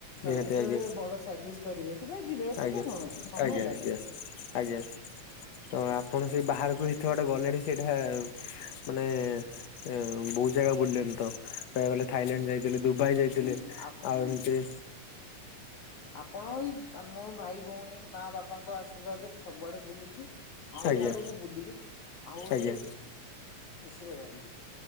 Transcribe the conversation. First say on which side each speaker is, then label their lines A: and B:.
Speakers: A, on the left (about 65°); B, on the left (about 80°).
A: ନିହାତି
B: ଯେତେବେଳେ
A: ଆଜ୍ଞା
B: ବଡ ସର୍ଭିସ କରିବେ ସେତେବେଳେ ଯିବେ ଅସୁବିଧା
A: ଆଜ୍ଞା
B: କଣ ଅଛି ସମୟ
A: ଆଜ୍ଞା
B: ଲାଗିବ।
A: ଆଜ୍ଞା ଆଜ୍ଞା। ତ ଆପଣ ସେଇ ବାହାରକୁ ଏତେ ବାଟ ଗଲେଣି ସେଇଟା ମାନେ ବହୁତ ଜାଗା ବୁଲିଲେଣି ତ, କହିବାକୁ ଗଲେ ଥାଇଲାଣ୍ଡ ଯାଇ ଥିଲେ ଦୁବାଇ ଯାଇଥିଲେ
B: ହୁଁ ଆ
A: ଆଉ
B: ହୁଁ
A: ଏମତି
B: ଆପଣ ଏଇ ମୋ ଭାଇ ଭଉଣୀ ମା ବାପାଙ୍କ ଆଶୀର୍ବାଦରେ ମୁଁ ସବୁଆଡେ ବୁଲୁଛି। ଆହୁରି
A: ଆଜ୍ଞା
B: ଆଗକୁ ବୁଲିବି ଆହୁରି
A: ଆଜ୍ଞା
B: ଖୁସିରେ ରହିବି।